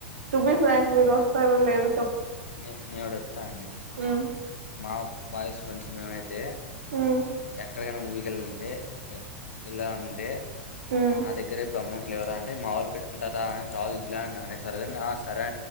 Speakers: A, on the right; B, on the left.
A: టు బి ఫ్రాంక్ మీరు వస్తారా లేద
B: నే నేనోటి చెప్తానండి
A: ఉమ్
B: మా బాయ్స్ ఫ్రెండ్స్ మేమైతే
A: ఉమ్
B: ఎక్కడికై నా మూవీ కెల్ట్ వెల్లలనుకుంటే
A: ఉమ్
B: నా దగ్గర ఇప్పుడు అమౌం ఇట్ ఎవరా అంటే మావోళ్ళు <unintelligible> సరికి ఆ సరే